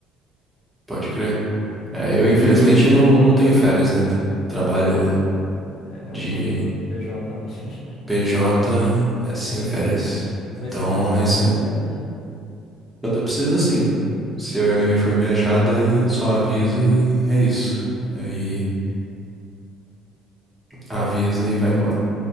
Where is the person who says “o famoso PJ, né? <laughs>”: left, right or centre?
Left